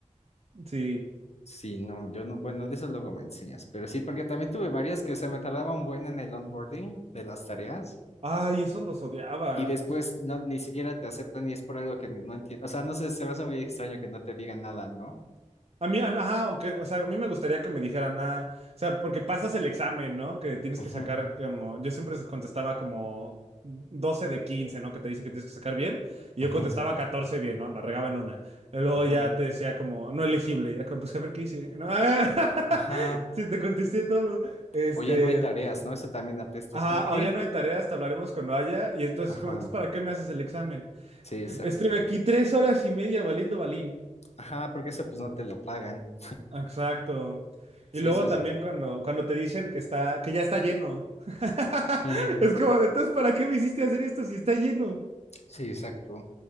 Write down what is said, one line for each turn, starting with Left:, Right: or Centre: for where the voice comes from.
Right: sí.
Left: Sí, no, yo no, bueno, de eso luego me enseñas, pero sí, porque también tuve varias que se me tardaba un buen en el onboarding de las tareas
Right: Ay, esos los odiaba.
Left: y después no, ni siquiera te aceptan y es por algo que no entiendo, o sea, no sé, se me hace muy extraño que no te digan nada, ¿no?
Right: A mí, a ajá, aunque, o sea, a mí me gustaría que me dijeran, nada, o sea, porque pasas el examen, ¿no? Que tienes
Left: Ujú,
Right: que sacar como, yo siempre contestaba como 12 de 15 ¿no? Que te dice que tienes que sacar bien, y yo
Left: ujú,
Right: contestaba 14 bien, ¿no? La regaba en una. Y luego
Left: ujú.
Right: ya te decía como, no elegible, y era como, pues a ver qué hice, ¿no? <laughs>
Left: Ajá,
Right: Sí, te contesté todo. Este,
Left: o ya no hay tareas, ¿no? Eso también apesta,
Right: ajá,
Left: es como
Right: ahora
Left: qué.
Right: ya no hay tareas, te hablaremos cuando haya, y entonces,
Left: ajá,
Right: como, entonces, ¿para qué me haces el examen?
Left: sí, exacto.
Right: Estuve aquí tres horas y media valiendo balín.
Left: Ajá, porque eso pues no te lo pagan.
Right: Exacto.
Left: Sí,
Right: Y luego
Left: eso sí.
Right: también cuando, cuando te dicen que está, que ya está lleno. <laughs>
Left: Mm,
Right: Es como, entonces, ¿para qué me hiciste hacer esto si está lleno?
Left: sí, exacto.